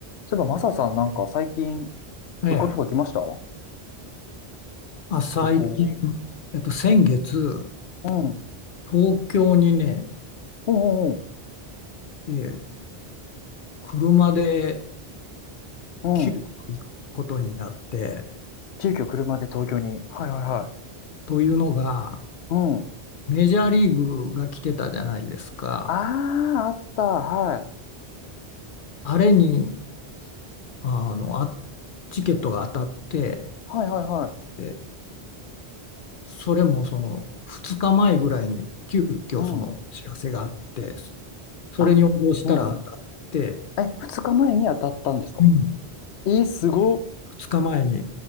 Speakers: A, on the left (about 85°); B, on the left (about 60°).
A: そういえば、マサさんなんか最近
B: ええ、
A: 旅行とか来ました
B: あ、最近、
A: 旅行。
B: えっと、先月、
A: うん。
B: 東京にね、
A: うんうんうん。
B: ええ、車で
A: うん。
B: 急遽行くことになって、
A: 急遽車で東京に。はいはいは
B: というのが、
A: い。うん。
B: メジャーリーグが来てたじゃないですか。
A: ああ、あった。はい。
B: あれに、あの、あ、チケットが当たって、
A: はいはいは
B: え、それもその2日前ぐらいに急遽その知らせがあって、
A: い。うん。
B: それに応募したら当たって、
A: あ、うんうん。え、二日前に当たったんですか
B: うん
A: えー、すごっ。
B: 2日前に